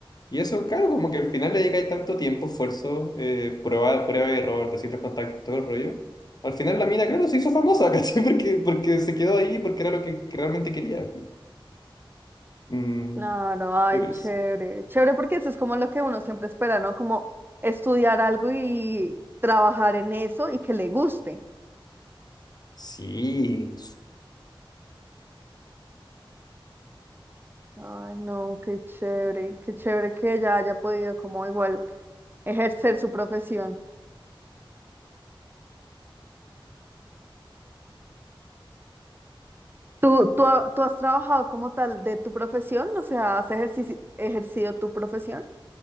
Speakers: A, on the left (about 50°); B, on the right (about 25°).
A: Y eso, claro, como que al final le llega ahí tanto tiempo, esfuerzo, eh, prueba, prueba y error, te los contactos, todo el rollo. Al final la mina, claro, se hizo famosa, <laughs> ¿cachai? Porque, porque se quedó ahí, porque era lo que, que realmente quería. Mm,
B: claro, ay,
A: pero
B: chévere,
A: es-
B: chévere porque eso es como lo que uno siempre espera, ¿no? Como estudiar algo y trabajar en eso y que le guste.
A: sí,
B: Ay, no, qué chévere, qué chévere que ella haya podido como igual. ejercer su profesión. ¿Tú, tú, ha- tú has trabajado como tal de tu profesión? O sea, ¿has ejercici- ejercido tu profesión?